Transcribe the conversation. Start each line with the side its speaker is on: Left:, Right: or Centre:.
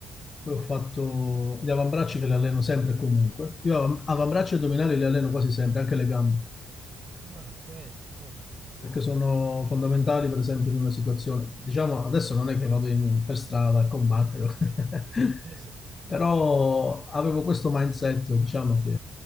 Left: poi
Right: Ah,
Left: ho fatto
Right: ok.
Left: gli avambracci che li alleno sempre e comunque. Io av- avambracci e addominali li alleno quasi sempre, anche le gambe
Right: Ah, ok. Oh.
Left: perché sono fondamentali, per esempio, in una situazione. Diciamo, adesso non è che vado in- per strada a combattere, <laughs>
Right: Eh, Sì, sì, sì.
Left: però avevo questo mindset, diciamo, che